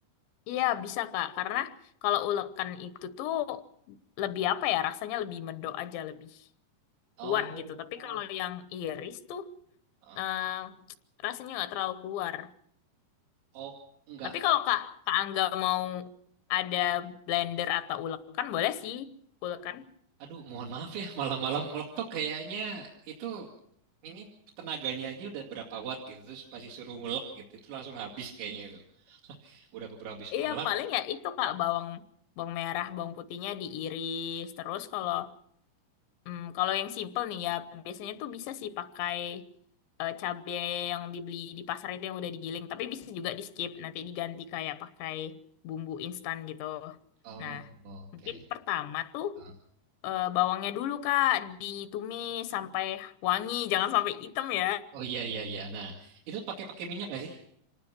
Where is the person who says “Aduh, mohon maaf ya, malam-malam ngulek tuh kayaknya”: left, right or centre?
Right